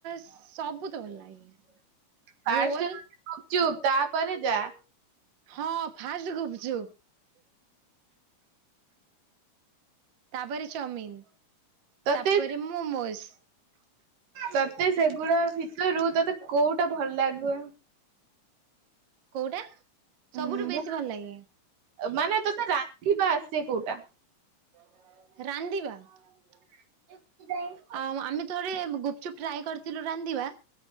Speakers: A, on the right (about 50°); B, on the right (about 80°).
A: ସବୁ ତ ଭଲ ଲାଗେ।
B: ଫାଷ୍ଟ
A: ରୋଲ
B: ଗୁଚୁପ ଚୁପ୍ ତାପରେ ଯା।
A: ହଁ ଫାଷ୍ଟ ଗୁପଚୁପ୍। ତାପରେ ଚାଉମିନ
B: ତତେ
A: ତାପରେ ମୁଁମୋଜ।
B: ତତେ ସେଗୁଡା ଭିତରୁ ତତେ କୋଉଟା ଭଲ ଲାଗୁ?
A: କୋଉଟା
B: ଉଁ
A: ସବୁଠୁ ବେଶୀ ଭଲ ଲାଗେ।
B: ମାନେ ତୋତେ ରାନ୍ଧିବା ଆସେ କୋଉଟା।
A: <unintelligible>
B: ହ। <unintelligible>
A: ଆଉ ଆମେ ଥରେ ଗୁପଚୁପ୍ ଟ୍ରାଏ କରିଥିଲୁ ରାନ୍ଧିବା।